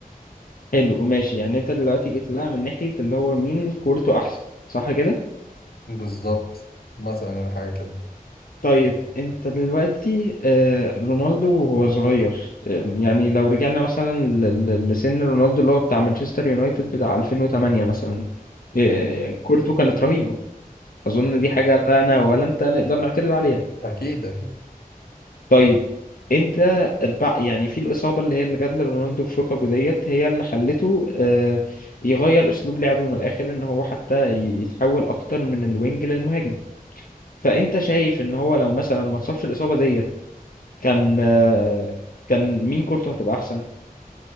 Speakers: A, on the left; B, on the left.
A: حلو وماشي يعني انت دلوقتي جيت لها من ناحية اللي هو مين كورته احسن صح كده
B: بالظبط مثلا يعني حاجة كده
A: طيب انت دلوقتي آه، رونالدو وهو صغير آه، يعني لو رجعنا مثلا ل- ل- لسن رونالدو اللي هو بتاع مانشستر يونايتد بتاع 2008 مثلا آه، كورته كانت رهيبة اظن دي حاجة لا انا ولا انت نقدر نعترض عليها
B: أكيد أكيد
A: طيب انت بع- يعني في الإصابة اللي هي اللي جات لرونالدو في ركبه ديت هي اللي خلته آه، يغير أسلوب لعبه من الآخر إن هو حتى ي- يتحول أكتر من الوينج للمهاجم فأنت شايف إن هو لو مثلا ما اتصابش الإصابة ديت كان آه، كان مين كورته هتبقى احسن